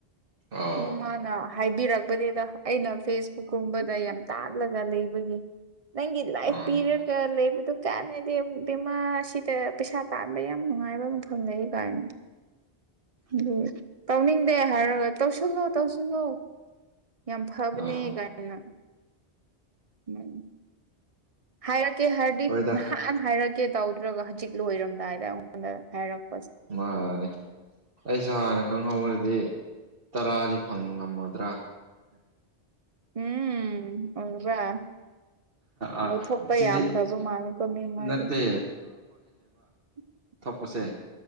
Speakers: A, on the right (about 60°); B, on the right (about 35°).
A: ꯑꯣ
B: ꯎꯅꯨꯡꯃꯅꯥ ꯍꯥꯏꯕꯤꯔꯛꯄꯅꯦꯗ ꯑꯩꯅ ꯐꯦꯁꯕꯨꯛꯀꯨꯝꯕꯗ ꯌꯥꯝ ꯇꯥꯜꯂꯒ ꯂꯩꯕꯒꯤ ꯅꯪ ꯂꯥꯏꯐ
A: ꯑꯣ
B: ꯄꯤꯔꯤꯌꯦ ꯀ ꯂꯩ ꯑꯗꯨꯀꯥꯟꯅꯦꯗꯤ ꯕꯤꯃꯥꯁꯤꯗ ꯄꯩꯁꯥ ꯇꯥꯟꯕ ꯌꯥꯝ ꯅꯨꯡꯉꯥꯏꯕ ꯃꯐꯝ ꯂꯩ ꯀꯥꯏꯅꯣ ꯎꯝ ꯇꯧꯅꯤꯡꯗꯦ ꯍꯥꯏꯔꯒ ꯇꯧꯁꯤꯜꯂꯣ ꯇꯧꯁꯤꯜꯂꯣ ꯌꯥꯝ ꯐꯕꯅꯦ
A: ꯑꯣ
B: ꯀꯥꯏꯅ ꯎꯝ ꯍꯥꯏꯔꯛꯀꯦ ꯍꯥꯏꯔꯗꯤꯠ
A: ꯍꯣꯏꯗ
B: ꯅꯍꯥꯟ ꯍꯥꯏꯔꯛꯀꯦ ꯇꯧꯗ꯭ꯔꯒ ꯍꯧꯖꯤꯛ ꯂꯣꯏꯔꯝꯗꯥꯏꯗ ꯑꯩꯉꯣꯟꯗ ꯍꯥꯏꯔꯛꯦ
A: ꯃꯥꯅꯦ ꯑꯩꯁꯨ ꯍꯥꯟꯅꯦ ꯈꯪꯍꯧꯔꯗꯤ ꯇꯔꯥꯗꯤ ꯐꯪ ꯉꯝꯃꯗ꯭ꯔꯥ
B: ꯎꯝ ꯑꯣꯜ꯭ꯔ
A: ꯑꯥ
B: ꯑꯗꯨ ꯊꯣꯛꯄ
A: ꯁꯤꯁꯦ
B: ꯌꯥꯝꯈ꯭ꯔꯕ ꯃꯥꯜꯂꯦꯀ ꯃꯤ ꯃꯗꯤꯦ
A: ꯅꯠꯇꯦ
B: <unintelligible>
A: ꯀ ꯎꯆꯦ